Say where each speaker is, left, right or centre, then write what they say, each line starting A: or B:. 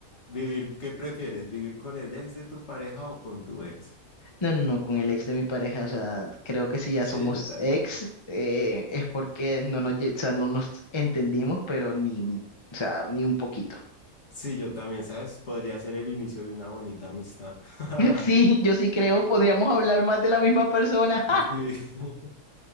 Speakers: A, on the left; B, on the left.
A: Vivir, ¿qué prefieres? ¿Vivir con el ex de tu pareja o con tu ex?
B: No, no, no, con el ex de mi pareja, o sea, creo que si ya
A: Sí,
B: somos
A: yo también.
B: ex, eh, es porque no nos, lle- o sea, no nos entendimos, pero ni, o sea, ni un poquito.
A: Sí, yo también, ¿sabes? Podría ser el inicio de una bonita amistad. <laughs>
B: <laughs> Sí, yo sí creo, podríamos hablar más de la misma persona.
A: Sí, <laughs>